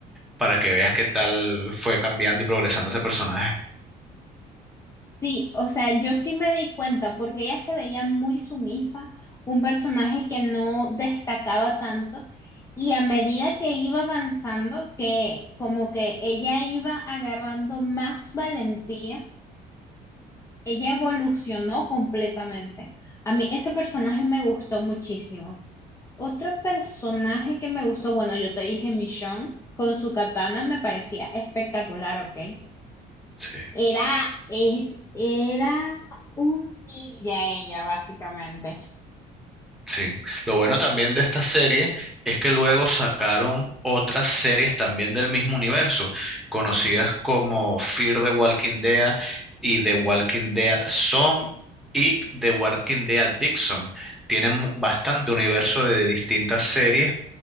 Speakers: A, in the centre; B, on the left.
A: para que veas qué tal fue cambiando y progresando ese personaje.
B: Sí, o sea, yo sí me di cuenta porque ella se veía muy sumisa, un personaje que no destacaba tanto y a medida que iba avanzando, que como que ella iba agarrando más valentía, ella evolucionó completamente. A mí ese personaje me gustó muchísimo. Otro personaje que me gustó, bueno, yo te dije Michonne con su katana me parecía espectacular, ¿ok?
A: Sí.
B: Era, es, era un ninja ella, básicamente.
A: Sí, lo bueno también de esta serie es que luego sacaron otras series también del mismo universo, conocidas como Fear the Walking Dead y The Walking Dead Zone y The Walking Dead Dixon. Tienen mu- bastante universo de distintas series